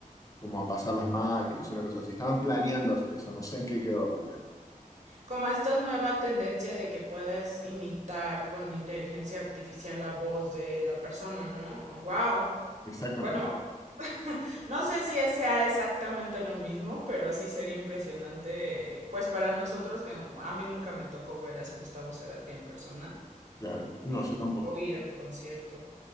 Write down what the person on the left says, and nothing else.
como a pasar las máquinas, una cosa así. Estaban planeando hacer eso, no sé en qué quedó realmente.
Exactamente,
claro. No,
yo tampoco.